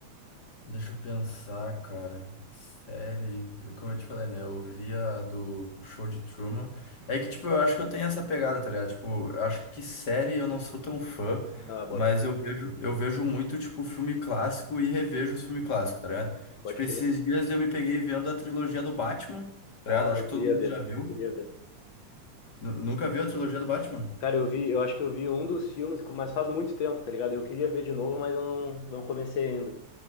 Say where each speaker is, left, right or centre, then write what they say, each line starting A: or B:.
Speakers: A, on the left; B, on the left.
A: Deixa eu pensar, cara. Série, eu- como eu te falei, né? Eu via do show de Truman. É que, tipo, eu acho que eu tenho essa pegada, tá ligado? Tipo, eu acho que série eu não sou tão fã,
B: Ah, bota.
A: mas eu vejo, eu vejo muito, tipo, filme clássico e revejo os filmes clássicos, tá ligado?
B: Pode
A: Tipo, esses
B: crer.
A: dias eu me peguei vendo a trilogia do Batman, tá
B: Ó,
A: ligado? Acho
B: eu
A: que
B: queria
A: todo mundo
B: ver,
A: já viu.
B: eu queria ver.
A: Nu- nunca viu a trilogia do Batman?
B: Cara, eu vi, eu acho que eu vi um dos filmes, mas faz muito tempo, tá ligado? Eu queria ver de novo, mas eu não, não comecei ainda.